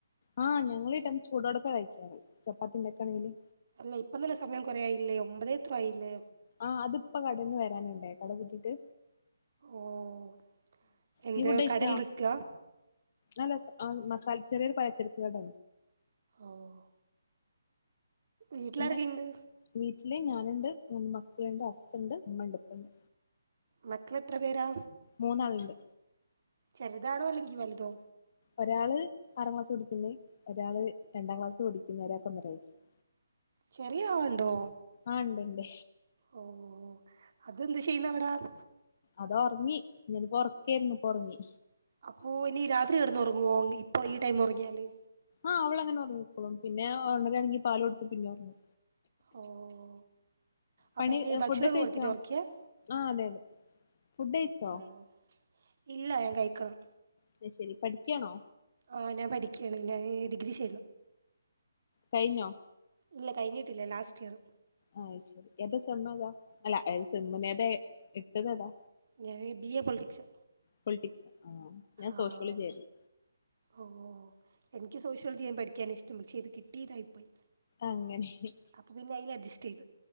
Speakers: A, on the left (about 45°); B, on the right (about 55°).
A: ആഹ് ഞങ്ങളിട്ട ചൂടോടക്കെ കഴിക്യ ചപ്പാത്തിണ്ടാക്കാണെങ്കില്
B: ല്ല ഇപ്പം തന്നെ സമയം കൊറേ ആയില്ലേ ഒമ്പതേ എത്രോ ആയില്ലേ
A: ആഹ് അതിപ്പ കടേന്ന് വരാന്ണട് കട പൂട്ടീട്ട്
B: ഓഹ് എന്ത്
A: നീ ഫുഡ് കഴിച്ചോ
B: കടേൽ നിക്ക
A: അല്ല മസാല ചെറ്യോര് പലചെരക്കകടെ
B: ഓഹ് വീട്ട്ലാരൊക്കെയിണ്ട്
A: പിന്നെ വീട്ടില് ഞാന്ണ്ട് മൂന്ന് മക്കള്ണ്ട് അസ്സ്ണ്ട് മ്മ ണ്ട് പ്പ ണ്ട്
B: മക്കളത്ര പേരാ?
A: മൂന്നാൾണ്ട്
B: ചെറുതാണോ ല്ലെങ്കി വലുതോ
A: ഒരാള് ആറാം ക്ലാസ് പടിക്ക്ന്ന ഒരാള് രണ്ടാം ക്ലാസ് പടിക്ക്ന്ന ഒരാക്ക് ഒന്നര വയസ്സ് <inaudible>
B: ചെറിയ ആൾണ്ടോ
A: ആ ണ്ടണ്ട്
B: ഓ അതെന്ത് ചെയ്യുന്നവിട.
A: അതോർങ്ങി ഞ്പ്പോർക്കെര്ന്നു പ്പൊർങ്ങി.
B: അപ്പോ ഇനി രാത്രി കടന്നോറങ്ങോ ഇപ്പ ഈടൈം ഒർങ്ങിയാല്.
A: ആഹ് അവളങ്ങനെ ഒർങ്ങിക്കോളും പിന്നെ ഒണരാണെങ്കി പാല് കൊടുത്ത് പിന്നി ഒർങ്ങും.
B: ഓഹ്
A: പണി
B: അപ്പം ഇനി ഭക്ഷണൊക്കെ
A: ഫുഡൊക്കെ കഴിച്ചോ
B: കൊടുത്തിട്ടാ ഒറക്കിയേ
A: ആ അതെതെ ഫുഡ്ഡയ്ച്ചോ.
B: ഏഹ് ഇല്ല <unintelligible> കഴിക്കണം
A: അത് ശരി പഠിക്കാണോ.
B: ആഹ് ഞാൻ പഠിക്കാണ് ഞാന് ഡിഗ്രി ചെയ്യുന്നു.
A: കഴിഞ്ഞോ.
B: ഇല്ല കഴിഞ്ഞിട്ടില്ല ലാസ്റ്റ് ഇയറ്.
A: ആഹ് ശരി ഏതാ സെമ്മേതാ അല്ല <unintelligible> ഏതാ എട്ത്തതേതാ.
B: ഞാന് ബി എ പൊള്റ്റിക്സ്.
A: പൊള്റ്റിക്സ് ആഹ്. ഞാൻ
B: ആഹ്
A: സോഷ്യോളജി ആയിരുന്നു
B: ഓഹ് എനിക്ക് സോഷ്യോൾജെനു പഠിക്കാൻ ഇഷ്ട്ടം പക്ഷെ ഇത് കിട്ടീതായിപ്പോയി.
A: അങ്ങനേനി
B: അപ്പൊ പിന്നെ അയ്ൽ അഡ്ജസ്റ്റയ്ത്.